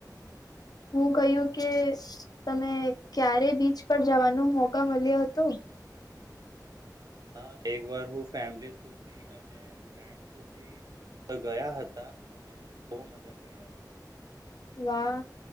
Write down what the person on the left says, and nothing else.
હું કહ્યું કે તમે ક્યારે બીચ પર જવાનો મોકા મળ્યો હતો.
વાહ,